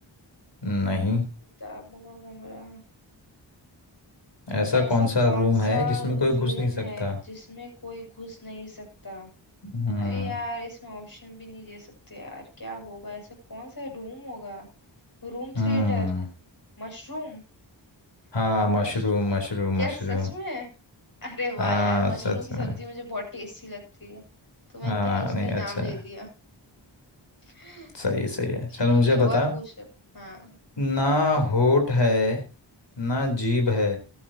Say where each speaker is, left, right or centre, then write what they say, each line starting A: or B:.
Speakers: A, on the left; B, on the left.
A: नहीं
B: किताबों का कमरा
A: ऐसा
B: ऐसा
A: कौन सा
B: कौन
A: रूम
B: सा
A: है जिसमें कोई
B: रूम
A: घुस नहीं सकता
B: है जिसमें कोई घुस नहीं सकता
A: हम्म
B: अरे यार इसमें ऑप्शन भी नहीं दे सकते यार क्या होगा ऐसा कौन सा रूम होगा Room
A: हम्म
B: theatre मशरूम
A: हाँ मशरूम
B: मशरूम
A: मशरूम
B: क्या
A: मशरूम
B: सच में अरे
A: हाँ
B: वाह यार मशरूम
A: सच
B: की
A: में
B: सब्जी मुझे बहुत टेस्टी लगती है तो मैंने
A: हाँ
B: क्या उसका
A: नहीं
B: ही
A: अच्छा
B: नाम
A: है,
B: ले दिया <laughs>
A: सही है, सही है
B: ठीक
A: चल मुझे
B: है और
A: बता
B: पूछ हाँ
A: ना होठ है ना जीभ है